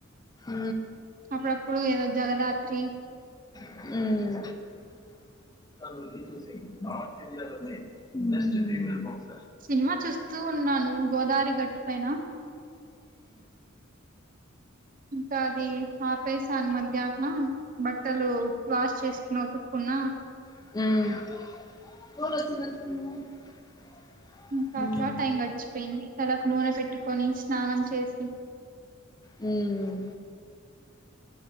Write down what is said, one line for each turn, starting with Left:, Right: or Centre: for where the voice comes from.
Left: ఆ
Right: అప్పుడప్పుడు ఏదో జగదాత్రి
Left: అ మ్మ్
Right: సినిమా చూస్తూ ఉన్నాను గోదారి గట్టు పైన ఇంకా అది వేసాన్ మధ్యాహ్నం బట్టలు వాష్ చేసుకున్నా ఉతుక్కున్న
Left: మ్మ్
Right: ఇంకా
Left: మ్మ్
Right: అట్లా టైం గడిచిపోయింది తలాకు నూనె పెట్టుకొని స్నానం చేసి
Left: మ్మ్